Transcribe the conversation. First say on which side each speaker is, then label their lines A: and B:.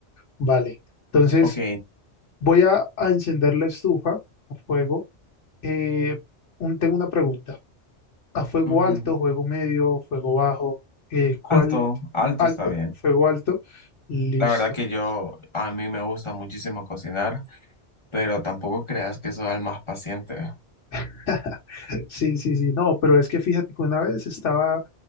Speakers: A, on the left (about 80°); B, on the left (about 25°).
A: Vale, entonces
B: Ok.
A: voy a a encender la estufa a fuego Eh, un- tengo una pregunta. ¿A fuego
B: ujú.
A: alto, fuego medio, fuego bajo? Eh, ¿cuál
B: Alto, alto
A: alto?
B: está bien.
A: Fuego alto. Listo.
B: La verdad que yo, a mí me gusta muchísimo cocinar, pero tampoco creas que soy el más paciente.
A: <laughs> Sí, sí, sí. No, pero es que fíjate que una vez estaba,